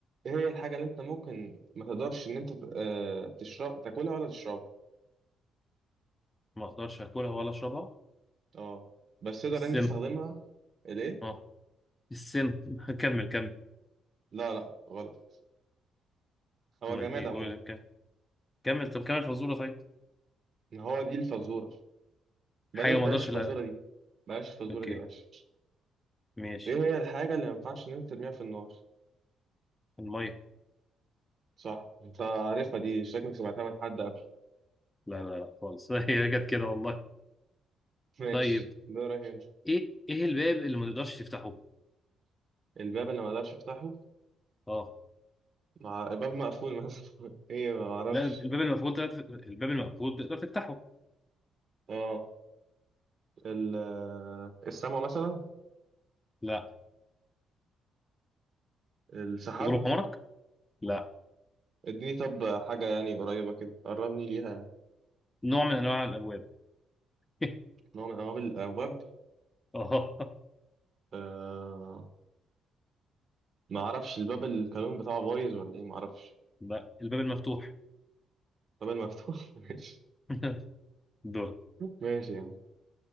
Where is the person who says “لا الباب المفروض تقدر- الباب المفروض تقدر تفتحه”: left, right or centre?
Left